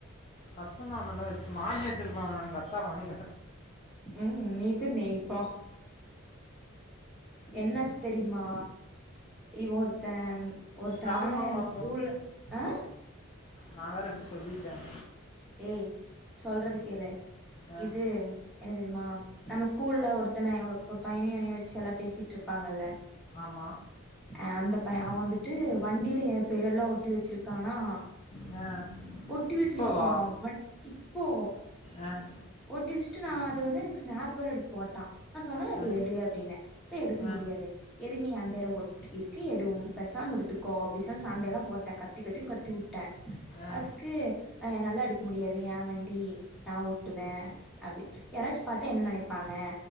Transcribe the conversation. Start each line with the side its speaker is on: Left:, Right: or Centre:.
Left: கஷ்டம் தான் உன்னல்லா வச்சு மாடு மேச்சிருக்கலான் எங்கத்தா ஒனிய
Centre: உம் நீ போய் மேய்ப் போ என்னாச்சு தெரியுமா இவ ஒருத்த ஒருத்தனாள
Left: ப்ராப்ளம் ஆகுமா
Centre: ஸ்கூல் அ
Left: நா வேற இப்டி சொல்லிட்டேன்
Centre: ஏய் சொல்றது கேளு
Left: ஆ
Centre: இது என்ன தெரியுமா நம்ம ஸ்கூல்ல ஒருத்தனை ஒரு பையனியு என்னையு வச்சு எல்லாம் பேசிட்டு இருப்பாங்கல்ல
Left: ஆமா
Centre: அ அந்த பையன் அவன் வந்துட்டு வண்டியில என் பேர் எலாம் ஒட்டி வச்சிருக்கானா
Left: ஆ
Centre: ஒட்டி வச்சிருக்
Left: இப்போ வா
Centre: வட் இப்போ
Left: ஆ
Centre: ஓட்டி வச்சட்டு நா அது வந்து எனக்கு ஸ்னாப் வேற எடுத்து போட்டான் நா சொன்னேன் அத
Left: ஆ
Centre: எடு அப்படின்ன அது எடுக்க
Left: ஆ
Centre: முடியாதுன்னு எதுக்கு நீ என் பேர ஒட் இருக்கு எடு பேசாம எடுத்துக்கோ அப்படி சொன் சண்டை எல்லாம் போட்ட கத் கத்தி கத்தினு கத்தி விட்டே
Left: ஆ
Centre: அதுக்கு அ என்னாலலா எடுக்க முடியாது யா வண்டி நா ஒட்டுவேன் அப்படி யாராச்சும் பாத்தா என்ன நினைப்பாங்க